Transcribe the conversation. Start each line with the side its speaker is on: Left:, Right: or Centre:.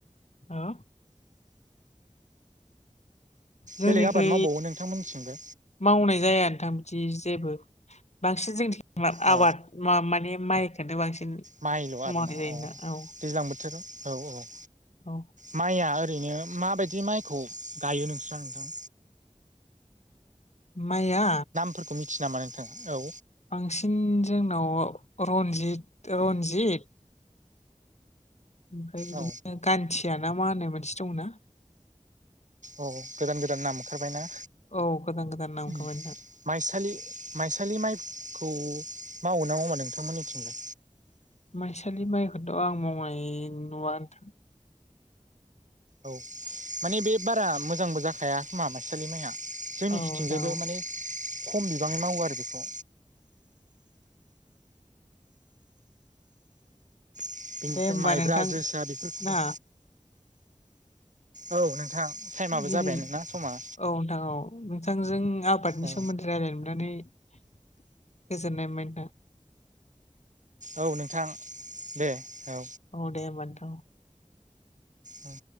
Left: हा जोंनिखै
Right: बेलेग आबाद मावबावो नोंथांमोननिथिंबो
Left: मावनाय जाया नोंथां बिथि जेबो बांसिन जोंथि
Right: अ
Left: आबाद मा माने माइखोनो बांसिन
Right: माइल' आरोना
Left: मावनाय
Right: अ
Left: जायो नोंथां औ।
Right: दैज्लां बोथोराव औ औ।
Left: औ
Right: माइया ओरैनो माबायदि माइखौ गायो नोंस्रा नोंथां?
Left: माया?
Right: फोरखौ मिथियो नामा नोंथां औ।
Left: बांसिन जोंनाव रनजित रनजित ओमफ्राय बिदिनो
Right: औ
Left: गान्थिया ना मा होननाय मोनसि दं ना।
Right: अह गोदान गोदान नाम ओंखारबायना।
Left: औ गोदान गोदान नाम
Right: उम
Left: ओंखारबाय नोंथां।
Right: माइसालि माइसालि माइखौ मावो ना मावा नोंथांमोननिथिंलाय?
Left: माइसालि माइखौथ' आं मावनाय नुवा नोंथां।
Right: औ माने बे बारा मोजांबो जाखाया खोमा माइसालि माइया। जोंनिथिंजायबो
Left: औ नोंथां औ
Right: माने खम बिबाङै मावो आरो बेखौ। बेनिफ्राय
Left: दे होमबा
Right: माइब्रा
Left: नोंथां
Right: जोसा बेफोरखौबो।
Left: ना
Right: औ नोंथां टाइमाबो
Left: दिनै
Right: जाबाय नोना समा।
Left: औ नोंथां औ नोंथांजों आबादनि
Right: औ
Left: सोमोन्दै रायलाय मोननानै गोजोननाय मोनबाय नोंथां।
Right: औ नोंथां दे। औ
Left: औ दे होनबा नोंथां।
Right: औ।